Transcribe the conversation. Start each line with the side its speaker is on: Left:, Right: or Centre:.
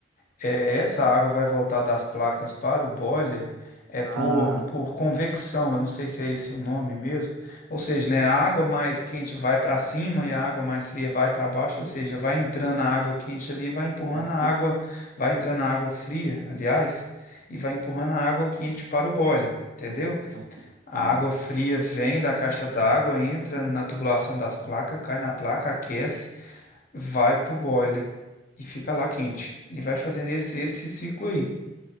Left: é, essa água vai voltar das placas para o boiler é por,
Right: Ah,
Left: por convecção, eu não sei se é esse o nome mesmo. Ou seja, né, a água mais quente vai para cima e a água mais fria vai para baixo, ou seja, vai entrando a água quente ali, vai empurrando
Right: para
Left: a água, vai entrando a água fria, aliás, e vai empurrando a água quente para o boiler. Entendeu?
Right: aquecer.
Left: A água fria vem da caixa d'água, entra na tubulação das placas, cai na placa, aquece vai pro boiler e fica lá quente. E vai fazendo esse, esse ciclo aí.